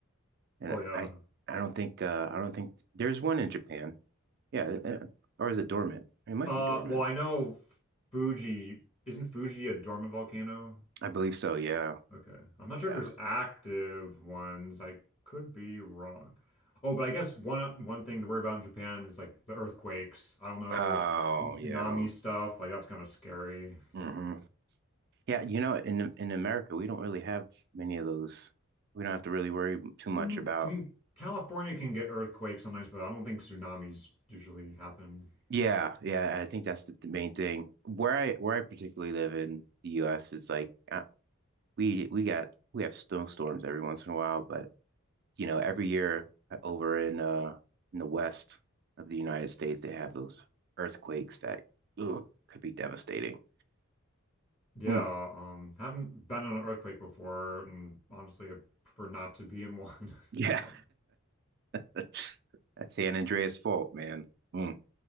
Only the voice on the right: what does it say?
And
I I don't think uh I don't think there's one in Japan. Yeah, uh, or is it dormant? It might
be dormant.
I believe so. Yeah,
yeah.
Oh,
yeah.
hmm Yeah, you know, in in America, we don't really have many of those. We don't have to really worry too much
about.
Yeah, yeah, I think that's the, the main thing. Where I where I particularly live in the U.S. is like uh, we we got we have snowstorms every once in a while, but you know, every year uh, over in uh in the west of the United States, they have those earthquakes that ugh, could be devastating.
Mm.
Yeah,
<laughs> that's San Andreas fault, man. Mm,